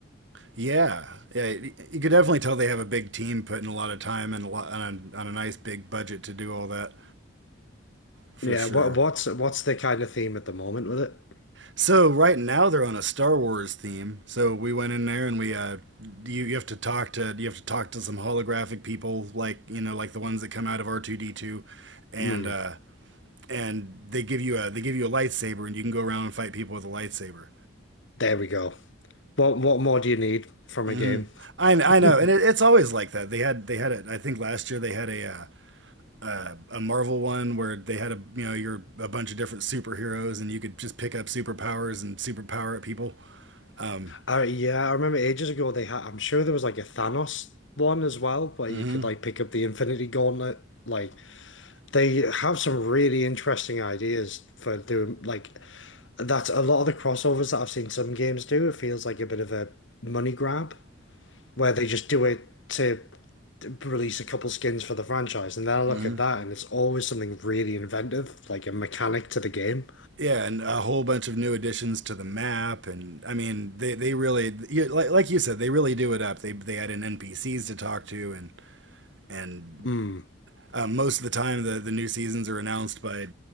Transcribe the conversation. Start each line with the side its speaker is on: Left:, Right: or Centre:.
Right: yeah, yeah. y- You could definitely tell they have a big team putting a lot of time and a lot on a, on a nice big budget to do all that for
Left: Yeah,
Right: sure.
Left: what what's what's the kind of theme at the moment with it?
Right: So right now they're on a Star Wars theme. So we went in there and we uh you, you have to talk to you have to talk to some holographic people like you know like the ones that come out of R2D2 and
Left: Mm,
Right: uh and they give you a they give you a lightsaber and you can go around and fight people with a lightsaber.
Left: there we go. What what more do you need from
Right: hmm
Left: a game? <laughs>
Right: I I know and it, it's always like that. They had they had it I think last year they had a uh, uh, a Marvel one where they had a you know you're a bunch of different superheroes and you could just pick up superpowers and superpower at people. Um,
Left: Uh, yeah, I remember ages ago they had. I'm sure there was like a Thanos one as well, where
Right: hmm
Left: you could like pick up the Infinity Gauntlet. Like they have some really interesting ideas for doing like that's a lot of the crossovers that I've seen some games do. It feels like a bit of a money grab where they just do it to release a couple skins for the franchise, and then I look
Right: hmm
Left: at that and it's always something really inventive, like a mechanic to the game.
Right: Yeah, and a whole bunch of new additions to the map, and I mean, they they really you- like like you said, they really do it up. They they add in NPCs to talk to, and and
Left: Mm.
Right: um, most of the time, the the new seasons are announced by